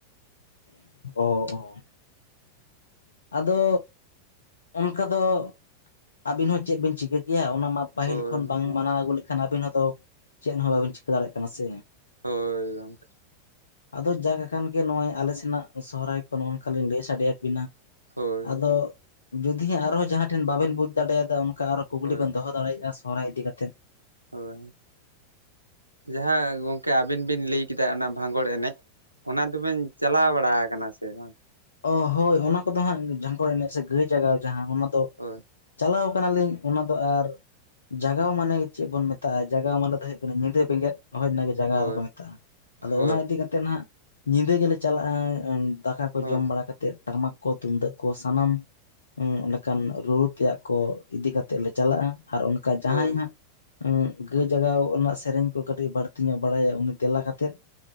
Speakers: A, on the left; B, on the right.
A: ᱚ ᱚ᱾ ᱟᱫᱚ ᱚᱱᱠᱟ ᱫᱚ ᱟᱹᱵᱤᱱ ᱦᱚᱸ ᱪᱮᱫ ᱵᱤᱱ ᱪᱤᱠᱟᱹ ᱠᱮᱭᱟ ᱚᱱᱟ ᱢᱟ ᱯᱟᱹᱦᱤᱞ
B: ᱦᱳᱭ
A: ᱠᱷᱚᱱ ᱵᱟᱝ
B: ᱦᱳᱭ
A: ᱢᱟᱱᱟᱣ ᱟᱹᱜᱩ ᱞᱮᱠᱷᱟᱱ ᱟᱵᱤᱱ ᱦᱚᱸᱛᱚ ᱪᱮᱫ ᱦᱚᱸ ᱵᱟᱵᱤᱱ ᱪᱤᱠᱟᱹ ᱫᱟᱲᱮᱭᱟᱜ ᱠᱟᱱᱟ ᱥᱮ᱾
B: ᱦᱳᱭ ᱜᱚᱝᱠᱮ᱾
A: ᱟᱫᱚ ᱡᱟᱠ ᱟᱠᱟᱱ ᱜᱮ ᱱᱚᱜ-ᱚᱭ ᱟᱞᱮ ᱥᱮᱱᱟᱜ ᱥᱚᱦᱨᱟᱭ ᱠᱚ ᱱᱚᱜ-ᱚᱱᱠᱟ ᱞᱤᱧ ᱞᱟᱹᱭ ᱥᱟᱰᱮᱭᱟᱜ ᱵᱤᱱᱟ᱾
B: ᱦᱳᱭ
A: ᱟᱫᱚ ᱡᱩᱫᱤ ᱦᱟᱸᱜ ᱟᱨᱦᱚᱸ ᱡᱟᱦᱟᱸ ᱴᱷᱮᱱ ᱵᱟᱵᱮᱱ ᱵᱩᱡ ᱫᱟᱲᱮᱭᱟᱫᱟ ᱚᱱᱠᱟ ᱟᱨᱚ ᱠᱩᱠᱞᱤ
B: ᱦᱳᱭ
A: ᱵᱮᱱ ᱫᱚᱦᱚ ᱫᱟᱲᱮᱭᱟᱜᱼᱟ ᱥᱚᱦᱨᱟᱭ ᱤᱫᱤ ᱠᱟᱛᱮᱫ
B: ᱦᱳᱭ, ᱡᱟᱦᱟᱸ ᱜᱚᱝᱠᱮ ᱟᱵᱤᱱ ᱵᱤᱱ ᱞᱟᱹᱭ ᱠᱮᱫᱟ ᱚᱱᱟ ᱵᱷᱟᱸᱜᱚᱲ ᱮᱱᱮᱡ ᱚᱱᱟ ᱫᱚᱵᱮᱱ ᱪᱟᱞᱟᱣ ᱵᱟᱲᱟ ᱠᱟᱱᱟ ᱥᱮ ᱵᱟᱝ?
A: ᱚ ᱦᱳᱭ ᱚᱱᱟ ᱠᱚᱫᱚ ᱦᱟᱸᱜ ᱡᱷᱟᱝᱠᱚ ᱮᱱᱮᱡ ᱥᱮ ᱜᱟᱹᱭ ᱡᱟᱜᱟᱣ ᱡᱟᱦᱟᱸ ᱚᱱᱟ ᱫᱚ
B: ᱦᱳᱭ
A: ᱪᱟᱞᱟᱣ ᱠᱟᱱᱟᱞᱤᱧ ᱚᱱᱟ ᱫᱚ ᱟᱨ ᱡᱟᱜᱟᱣ ᱢᱟᱱᱮ ᱪᱮᱫ ᱵᱚᱱ ᱢᱮᱛᱟᱜᱼᱟ᱾ ᱡᱟᱜᱟᱣ ᱢᱟᱱᱮ ᱫᱚ ᱦᱩᱭᱩᱜ ᱠᱟᱱᱟ ᱧᱤᱫᱟᱹ ᱵᱮᱸᱜᱮᱫ ᱦᱚᱭ ᱚᱱᱟ ᱜᱮ ᱡᱟᱜᱟᱣ
B: ᱦᱳᱭ
A: ᱫᱚᱠᱚ ᱢᱮᱛᱟᱜᱼᱟ᱾ ᱟᱫᱚ
B: ᱦᱳᱭ
A: ᱚᱱᱟ ᱤᱫᱤ ᱠᱟᱛᱮᱜ ᱱᱟᱦᱟᱜ ᱧᱤᱫᱟᱹ ᱜᱮᱞᱮ ᱪᱟᱞᱟᱜᱼᱟ ᱩᱸ ᱫᱟᱠᱟ ᱠᱚ
B: ᱦᱳᱭ
A: ᱡᱚᱢ ᱵᱟᱲᱟ ᱠᱟᱛᱮᱫ ᱴᱟᱢᱟᱠ ᱠᱚ ᱛᱩᱢᱫᱟᱜ ᱠᱚ ᱥᱟᱱᱟᱢ ᱦᱮᱸ ᱚᱱᱠᱟᱱ ᱨᱩᱨᱩ ᱛᱮᱭᱟᱜ ᱠᱚ ᱤᱫᱤ ᱠᱟᱛᱮᱜ ᱞᱮ ᱪᱟᱞᱟᱜᱼᱟ ᱟᱨ ᱚᱱᱠᱟ ᱡᱟᱦᱟᱸᱭ
B: ᱦᱳᱭ
A: ᱦᱟᱸᱜ ᱩᱸᱜ ᱜᱟᱹᱭ ᱡᱟᱜᱟᱣ ᱨᱮᱱᱟᱜ ᱥᱮᱨᱮᱧ ᱠᱚ ᱠᱟᱹᱴᱤᱡ ᱵᱟᱹᱲᱛᱤ ᱧᱚᱜ ᱵᱟᱲᱟᱭᱟ ᱩᱱᱤ ᱛᱮᱞᱟ ᱠᱟᱛᱮᱫ